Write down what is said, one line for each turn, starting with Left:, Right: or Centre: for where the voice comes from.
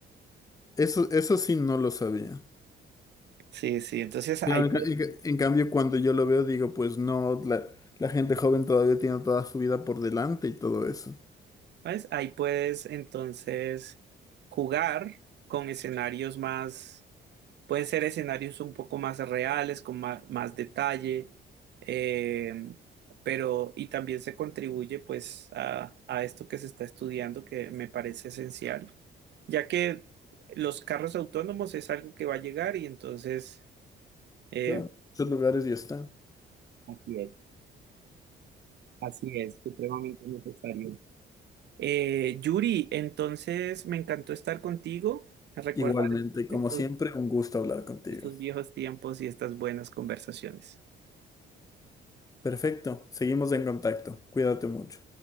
Left: Eso, eso sí no lo sabía.
Right: Sí, sí, entonces ahí,
Left: Claro,
Right: pu-
Left: en, ca- en ca- en cambio cuando yo lo veo digo, pues no, la, la gente joven todavía tiene toda su vida por delante y todo eso.
Right: ¿ves? Ahí puedes entonces jugar con escenarios más, pueden ser escenarios un poco más reales, con ma- más, detalle, eh, pero y también se contribuye pues a, a esto que se está estudiando que me parece esencial, ya que los carros autónomos es algo que va a llegar y entonces... eh,
Left: Claro, esos lugares ya están.
Right: Así es, así es, supremamente necesario. Eh, Yuri, entonces me encantó estar contigo, recordar
Left: Igualmente, como
Right: estos,
Left: siempre, un gusto hablar contigo.
Right: estos viejos tiempos y estas buenas conversaciones.
Left: Perfecto, seguimos en contacto. Cuídate mucho.